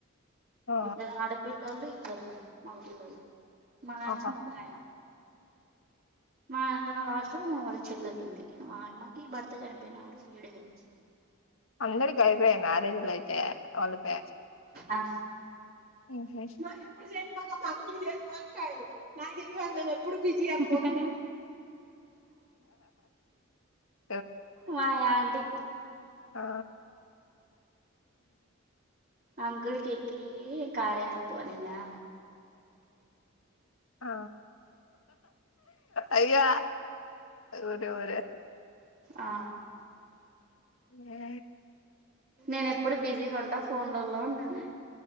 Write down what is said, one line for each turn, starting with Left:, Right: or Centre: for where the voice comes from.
Left: ఆ
Right: ఇద్దరు ఆడు పిల్లలు ఇద్దరు మగ పిల్లలు మా ఆయన
Left: ఆహా
Right: మూడో ఆయన
Left: <inaudible>
Right: మా ఆయనకన్న లాస్ట్ వాళ్ళ చెల్లెల్లు ఉంది ఆ అమ్మకి భర్త చనిపోయినాడు ఈడే ఉంది
Left: అందరికి అయిపోయాయి మ్యారేజ్లు ఐతే వాళ్ళకి
Right: ఆ
Left: ఉహు
Right: మాకు ఎప్పుడు చే ఒక మంత్రులు చేసి మాట్లాాడు నా వాళ్ళ ఎప్పుడు బిజీ అమ్పోను
Left: ఆ
Right: మా ఆంటీ
Left: ఆ
Right: అంకుల్కి ఎక్కియ్యి కార్య యాపు అనిందా
Left: ఆ అయ్యా ఒరేయ్ ఒరేయ్
Right: ఆ
Left: ఆ
Right: నేను ఎప్పుడు బిజీగా ఉంటా ఫోన్లలో అన్నది